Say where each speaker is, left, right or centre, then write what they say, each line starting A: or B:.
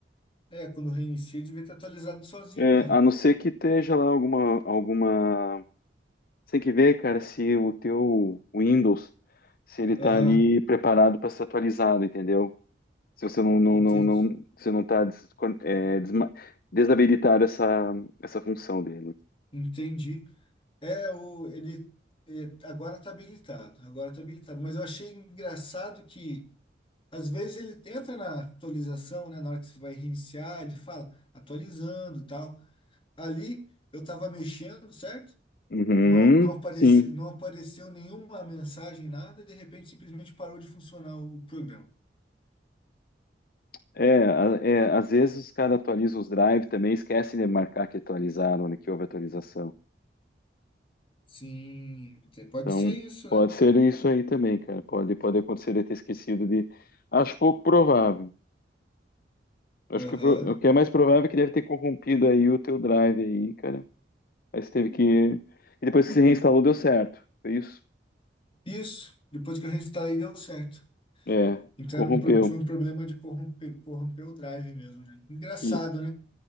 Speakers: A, on the left (about 30°); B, on the left (about 55°).
A: É, quando reinicia, devia ter atualizado sozinho
B: É,
A: mesmo.
B: a não ser que esteja lá alguma alguma Você tem que ver, cara, se o teu Windows se ele tá
A: Aham,
B: ali preparado para ser atualizado, entendeu? Se você não, não,
A: entendi.
B: não, não, você não está des, é, desma- desabilitar essa, essa função dele.
A: Entendi. É, o, ele é, agora tá habilitado, agora tá habilitado. Mas eu achei engraçado que às vezes ele entra na atualização, né? Na hora que você vai reiniciar, ele fala atualizando, e tal. Ali eu tava mexendo, certo?
B: Uhum,
A: Não, não apareceu,
B: sim.
A: não apareceu nenhuma mensagem, nada, de repente simplesmente parou de funcionar o programa.
B: É, a- é, às vezes os caras atualizam os drives também, esquecem de marcar que atualizaram, né, que houve atualização.
A: Sim, te- pode
B: Então,
A: ser isso,
B: pode
A: né?
B: ser isso aí também, cara. Pode, pode acontecer de ter esquecido de. Acho pouco provável. Acho
A: Aham.
B: que pro- o que é mais provável é que deve ter corrompido aí o teu drive aí, cara. Aí você teve que. E depois que você reinstalou, deu certo. Foi isso?
A: Isso, depois que eu reinstalei, deu certo.
B: É,
A: Então
B: corrompeu.
A: era um, pro- foi um problema de corromper, corromper o drive mesmo, né? Engraçado,
B: Que
A: né?